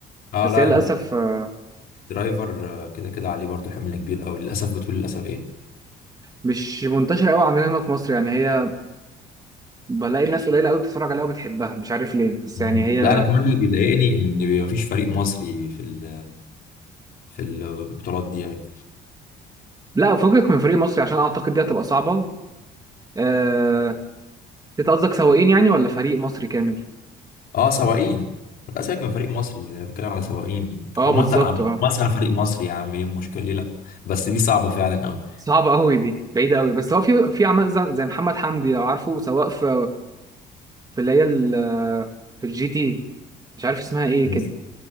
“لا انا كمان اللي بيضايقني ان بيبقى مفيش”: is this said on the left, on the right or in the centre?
Left